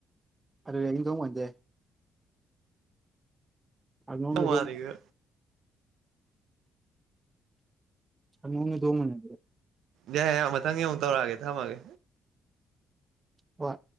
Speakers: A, on the right (about 20°); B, on the right (about 80°).
A: ꯑꯗꯨꯔꯗꯣꯡꯉꯗꯦ ꯑꯗꯣꯅ
B: ꯅꯣꯡꯉꯥꯜꯂꯤꯒ
A: ꯑꯗꯨꯣ ꯍ ꯃꯅꯤꯣꯡꯣ ꯃꯦ
B: ꯌꯥꯏꯦꯥꯛ ꯃꯊꯪ ꯑꯃꯨꯛꯧꯛꯑꯦ ꯊꯝꯃꯒꯦ
A: ꯍꯣꯏ